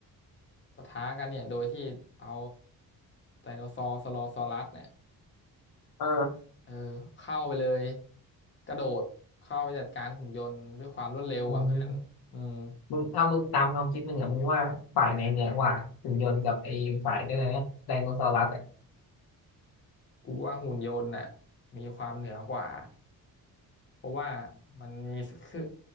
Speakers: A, on the left; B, on the left.
A: ปะทะกันเนี่ยโดยที่เอาไดโนซอร์สโลซอรัสเนี่ย
B: เออ
A: เออเข้าไปเลยกระโดดเข้าไปจัดการหุ่นยนต์ด้วยความรวดเร็วอ่ะเพื่อนอืม
B: อืมมึงถ้ามึงตามความคิดมึงอ่ะมึงว่าฝ่ายไหนเหนือกว่าหุ่นยนต์กับไอ้ฝ่ายเดินนะไดโนเสาร์รัสอ่ะ
A: กูว่าหุ่นยนต์น่ะมีความเหนือกว่า เพราะว่ามันมีคือ